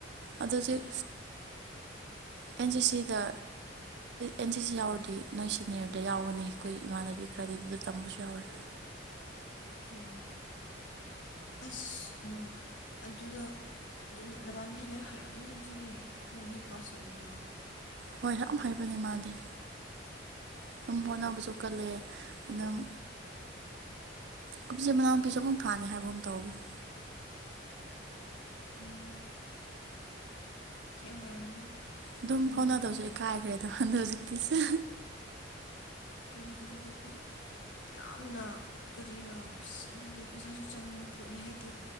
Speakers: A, on the right; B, on the left.
A: ꯑꯗꯣ ꯍꯧꯖꯤꯛ
B: ꯑꯁ
A: ꯑꯦꯟ ꯁꯤ ꯁꯤꯗ ꯑꯦꯟ ꯁꯤ ꯁꯤ ꯌꯥꯎꯔꯗꯤ ꯅꯣꯏ ꯁꯤꯅꯤꯌꯔꯗ ꯌꯥꯎꯒꯅꯤ ꯑꯩꯈꯣꯏ ꯏꯃꯥꯟꯅꯕꯤ ꯈꯔꯗꯤ ꯑꯗꯨꯗ ꯇꯝꯕꯁꯨ ꯌꯥꯎꯔꯦ
B: ꯑꯣ ꯑꯁ ꯑꯅꯣ ꯑꯗꯨꯗ ꯑꯗꯨꯅ ꯅꯃꯥꯟꯕꯤꯁꯤ ꯂꯥꯏꯔꯤꯛ ꯍꯥꯏꯔꯝꯅꯤ ꯑꯗꯨꯗꯤ ꯀꯣ ꯅꯤꯠ ꯄꯥꯁ ꯇꯧꯕꯗꯣ
A: ꯍꯣꯏ ꯌꯥꯝ ꯍꯩꯕꯅꯦ ꯃꯥꯗꯤ ꯑꯗꯨꯝ ꯍꯣꯠꯅꯕꯁꯨ ꯀꯜꯂꯦ
B: ꯍꯣꯏ
A: ꯑꯗꯨꯝ ꯀꯨꯝꯁꯤ ꯃꯅꯥꯎꯄꯤꯁꯨ ꯑꯃꯨꯛ ꯊꯥꯅꯤ ꯍꯥꯏꯕ ꯑꯃ ꯇꯧꯕꯅꯦ
B: ꯎꯝ ꯁꯤ ꯌꯥꯝ ꯍꯩꯔꯝꯒꯅꯤ
A: ꯑꯗꯨꯝ
B: ꯎꯝ
A: ꯐꯥꯎꯅꯗꯕꯁꯨ ꯏꯀꯥꯏꯈ꯭ꯔꯦꯗ ꯍꯟꯗꯛ ꯍꯧꯖꯤꯛꯇꯤꯁꯦ
B: ꯀꯩꯅꯣ ꯍꯧꯖꯤꯛ ꯍꯧꯖꯤꯛꯀꯣ ꯌꯥꯝꯅ ꯀꯔꯤꯔ ꯑꯁ ꯑꯗꯨꯗꯤ ꯄꯩꯁꯥꯁꯨ ꯆꯪꯕ ꯄꯣꯠꯅꯤ ꯍꯥꯏꯗꯤ